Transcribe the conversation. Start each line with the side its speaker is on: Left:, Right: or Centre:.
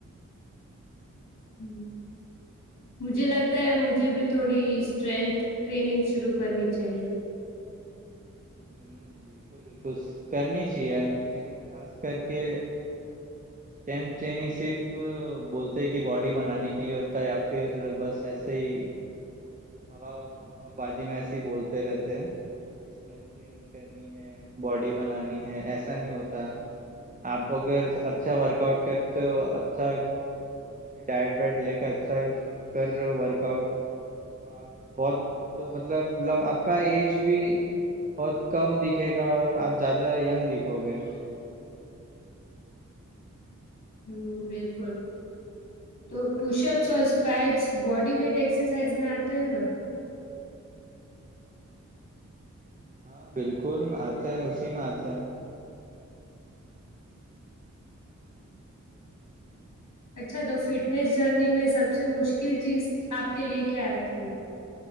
Left: ہ مجھے لگتا ہے مجھے بھی تھوڑی اسٹرینھ ٹریننگ شروع کرنی چاہیے
Right: ہ بالکل بکل کرنی چاہیے لیکن خاص کر کے اسٹینپ ٹرینگ صرف بولتے کہ باڈی بنانے کے لیے ہوتا ہے یا پھر بس ایسے ہی ہوا ہوا بازی میں ایسے ہی بولتے رہتے کہ اسٹ ٹرینگ کرنی ہے باڈی بنانی ہے ایسا نہیں ہوتا آپ اگر اچھا ورک آؤٹ کرتے ہو اچھا کچھ بھی ڈائٹ وائٹ لے کے اچھا کر رہے ہو ورک آؤٹ تو آپ بہت مطلبم آپ کا ایج بھی بہت کم دکھے گا اور آپ زیادہ ینگ دکھو گے
Left: ہ بالکل تو پشاپس اور اسکویڈس باڈی ویٹ ایکسرسائز میں آتے ہیں نا
Right: ہاں بالکل آتے ہیں اسی میں آتے ہیں
Left: اچھا تو فٹنیس جرنی میں سب سے مشکل چیز آپ کے لیے کیا آتی